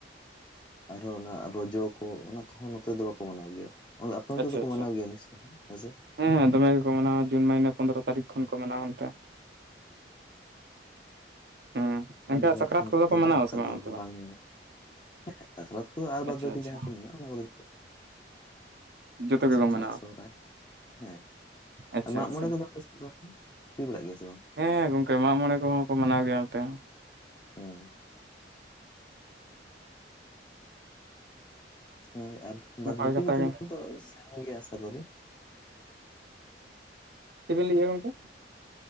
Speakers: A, on the left; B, on the right.
A: ᱟᱨᱦᱚᱸ ᱚᱱᱟ ᱨᱚᱡᱚ ᱠᱚ ᱚᱱᱟ ᱠᱚᱦᱚᱸ ᱱᱚᱛᱮ ᱫᱚ ᱵᱟᱠᱚ ᱢᱟᱱᱟᱣ ᱜᱮᱭᱟ᱾ ᱟᱯᱮ ᱚᱱᱚᱛᱮ
B: ᱟᱪᱪᱷᱟ
A: ᱫᱚᱠᱚ
B: ᱟᱪᱪᱷᱟ
A: ᱢᱟᱱᱟᱣ ᱜᱮᱭᱟ ᱦᱮᱸᱥᱮ?
B: ᱦᱮᱸ ᱦᱮᱸ ᱫᱚᱢᱮ ᱜᱮᱠᱚ ᱢᱟᱱᱟᱣᱟ ᱡᱩᱱ ᱢᱟᱹᱦᱤᱱᱟᱹ ᱯᱚᱱᱫᱽᱨᱚ ᱛᱟᱹᱨᱤᱠ ᱠᱷᱚᱱ ᱠᱚ ᱢᱟᱱᱟᱣᱟ ᱚᱱᱛᱮ᱾ ᱦᱮᱸ
A: ᱦᱮᱸ
B: ᱮᱱᱠᱷᱟᱱ ᱥᱟᱠᱨᱟᱛ
A: ᱱᱚᱛᱮ
B: ᱠᱚᱫᱚ ᱠᱚ
A: ᱫᱚ
B: ᱢᱟᱱᱟᱣᱟ
A: ᱚᱱᱠᱟ
B: ᱥᱮ
A: ᱫᱚ
B: ᱚᱱᱛᱮ
A: ᱵᱟᱝ ᱧᱮᱞᱚᱜ, ᱦᱮᱸ ᱥᱟᱠᱨᱟᱛ ᱠᱚ ᱟᱨ ᱵᱟᱫ
B: ᱟᱪᱪᱷᱟ
A: ᱵᱟᱹᱠᱤ
B: ᱟᱪᱪᱷᱟ
A: ᱡᱟᱦᱟᱸ ᱠᱚ ᱢᱮᱱᱟᱜᱼᱟ ᱚᱱᱟ ᱠᱚᱫᱚ,
B: ᱡᱚᱛᱚ ᱜᱮᱠᱚ
A: ᱥᱟᱠᱨᱟᱛ
B: ᱢᱟᱱᱟᱣᱟ
A: ᱥᱚᱦᱨᱟᱭ ᱦᱮᱸ
B: ᱟᱪᱪᱷᱟ
A: ᱟᱨ ᱢᱟᱜᱢᱚᱬᱮ
B: ᱟᱪᱪᱷᱟ
A: ᱫᱚ ᱟᱯᱮ ᱦᱩᱭ ᱵᱟᱲᱟᱜ ᱜᱮᱭᱟ ᱥᱮ ᱵᱟᱝ?
B: ᱦᱮᱸ ᱜᱚᱝᱠᱮ ᱢᱟᱜ ᱢᱚᱬᱮ ᱠᱚᱦᱚᱸ ᱠᱚ ᱢᱟᱱᱟᱣ ᱜᱮᱭᱟ ᱱᱛᱮ ᱦᱚᱸ,
A: ᱦᱮᱸ, ᱦᱳᱭ ᱟᱨ ᱵᱟᱫᱽ
B: ᱱᱟᱯᱟᱭ
A: ᱵᱟᱹᱠᱤ
B: ᱠᱟᱛᱷᱟ
A: ᱡᱚᱛᱚ
B: ᱜᱮ
A: ᱠᱚ ᱥᱮᱢ ᱜᱮ ᱟᱥᱟ ᱠᱚᱨᱤ?
B: ᱪᱮᱫ ᱵᱮᱱ ᱞᱟᱹᱭᱮᱫᱟ ᱜᱚᱝᱠᱮ?